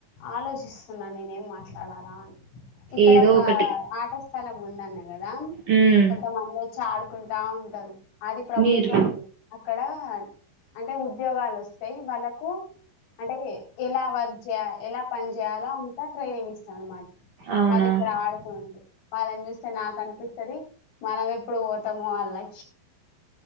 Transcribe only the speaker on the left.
ఆలోచిస్ ఉన్నా నేనేం మాట్లాడాలా అని ఇక్కడ
ఒక
ఆట స్థలం ఉందన్న కదా
కొంతమంది చ్చా ఆడుకుంటా ఉంటారు అది ప్రభుత్వంది
ఇక్కడ అంటే ఉద్యోగాలు వస్తాయి వాళ్ళకు అంటే ఎలా వర్క్ జేయ ఎలా పని జేయాలో అంతా ట్రైనింగ్ ఇస్తాం అనమాట
వాళ్ళ ఇక్కడ ఆడకుండ్రు వాళ్ళని చూస్తే నాకు అనిపిస్తది మనం ఎప్పుడు పోతామో ఆళ్ళై